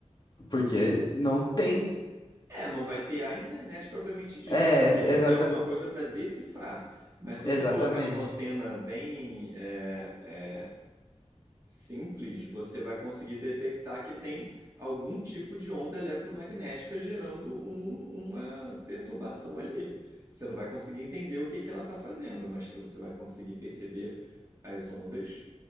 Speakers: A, on the left; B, on the right.
A: Porque não tem.
B: É, não vai ter a internet propriamente dita,
A: É,
B: porque a gente não
A: exata,
B: tem alguma coisa para decifrar. Mas se
A: exatamente.
B: você colocar uma antena bem é, é, simples, você vai conseguir detectar que tem algum tipo de onda eletromagnética gerando um- uma perturbação ali. Você não vai conseguir entender o que que ela está fazendo, mas que você vai conseguir perceber as ondas,